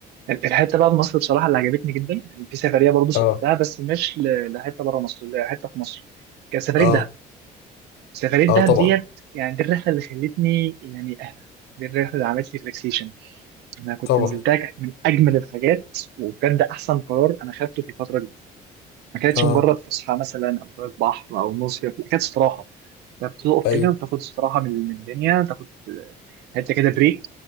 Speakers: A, on the right; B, on the left.
A: الحتة بقى في مصر بصراحة اللي عجبتني جدا يعني في سفرية برضه سافرتها
B: اه
A: بس مش ل- لحتة بره مصر لحتة في مصر كانت سفرية
B: اه
A: دهب سفرية
B: اه
A: دهب
B: طبعا
A: ديت يعني دي الرحلة اللي خلتني يعني أهدى دي الرحلة اللي عملت لي ريلاكسيشن أنا كنت
B: طبعا
A: نزلتها كانت من أجمل الحاجات وبجد أحسن قرار أنا خدته في الفترة دي ما كانتش
B: اه
A: مجرد فسحة مثلا أو شوية بحر أو مصيف لا كانت استراحة أنت بتقف
B: ايوه
A: كده وتاخد استراحة من من الدنيا تاخد حتة كده بريك